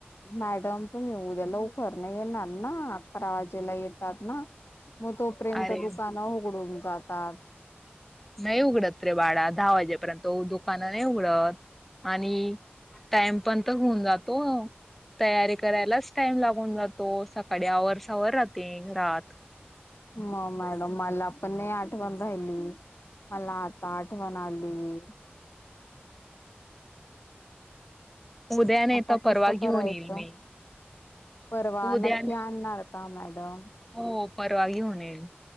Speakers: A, on the left; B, in the centre.
A: मॅडम तुम्ही उद्या लवकर नाही येणार ना अकरा वाजेला येतात ना. मग तोपर्यंत
B: अरे
A: दुकानं उघडून जातात.
B: नाही उघडत रे बाळा दहा वाजेपर्यंत उ- दुकानं नाही उघडत आणि टाइम पण तर होऊन जातो. तयारी करायलाच टाइम लागून जातो सकाळी आवरसावर राहते घरात.
A: म-मॅडम मला पण नाय आठवण राहिली. मला आता आठवण आली.
B: उद्या नाही
A: आता
B: तर परवा
A: कसं
B: घेऊन
A: करायचं?
B: येईल मी
A: परवा
B: उद्या
A: नक्की आणणार का मॅडम?
B: हो परवा घेऊन येईल.